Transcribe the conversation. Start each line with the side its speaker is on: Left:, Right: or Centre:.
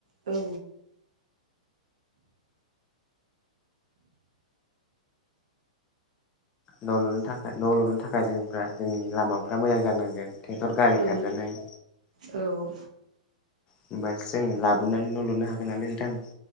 Right: औ
Left: न' लुनो थाखाय न' लुनो थाखाय जोंफ्रा जोंनि लामाफ्रा मोजां जानांगोन ट्रेक्टर गारि
Right: औ
Left: खारजानाय
Right: औ
Left: होमबासो जों लाबोनानै न' लुनो हागोन नालाय नोंथां